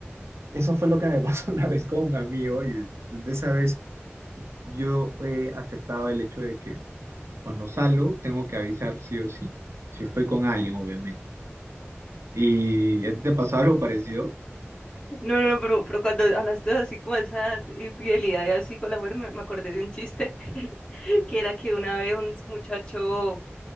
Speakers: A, on the right; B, on the left.
A: eso fue lo que me <laughs> pasó una vez con un amigo, y de, de esa vez yo he aceptado el hecho de que cuando salgo tengo que avisar sí o sí, si estoy con alguien, obviamente. ¿Y a ti te pasó algo parecido?
B: No, no, pero, pero cuando hablaste así como de esa infidelidad y así con la mujer, me, me acordé de un chiste <laughs> que era que una vez un muchacho,